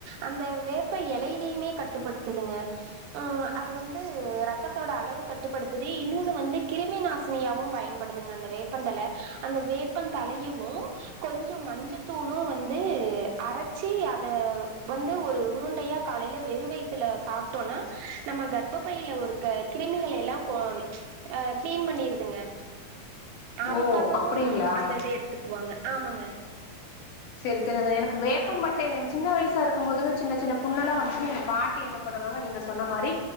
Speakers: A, on the right (about 85°); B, on the left (about 75°).
A: அந்த வேப்ப இலையிலயுமே கட்டுப்படுத்துதுங்க ஆஹ் அது வந்து ரத்தத்தோட அளவு கட்டுப்படுத்துது இன்னொன்னு வந்து கிருமி நாசினியாவு பயன்படுதுங்க அந்த வேப்பந்தல அந்த வேப்ப தலையவு கொஞ்ச மஞ்ச தூளு வந்து அரைச்சி அத வந்து ஒரு உருண்டையா காலேல வெறு வய்த்துல சாப்டோனா நம்ம கர்ப்ப பையில ஒருக்க கிருமிகளேல்லா போ ச் அஹ் கிளீன் பண்ணிருதுங்க அதுக்காகவும்
B: ஓ அப்டிங்களா
A: அந்த இதை எடுத்துக்குவாங்க ஆமாங்க
B: செரி செரி அது எனக்கு வேப்ப பட்டைல சின்ன வயசா இருக்கு போது சின்ன சின்ன புண்ணல்லா வந்துச்சுன் எங்க பாட்டி என்ன பண்ணுவாங்க நீங்க சொன்ன மாரி